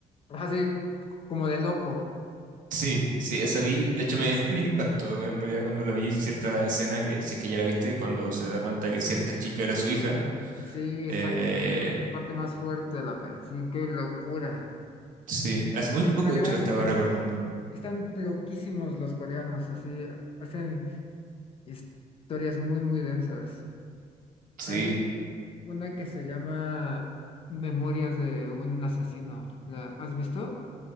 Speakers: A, on the left; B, on the right.
A: así como de loco.
B: Sí, sí, esa vi. De hecho, me, <laughs> me impactó en realidad cuando la vi cierta escena que, si es que ya la viste, cuando se da cuenta que cierta chica era su hija.
A: Sí, exacto.
B: Eh,
A: Es la parte más fuerte de la peli. Sí, qué locura.
B: sí, hace muy
A: Es
B: poco,
A: una gran
B: de hecho, la estaba
A: venganza.
B: recordando.
A: Están loquísimos los coreanos, así hacen historias muy, muy densas.
B: Sí,
A: Hay una que se llama Memorias de un asesino. ¿La has visto?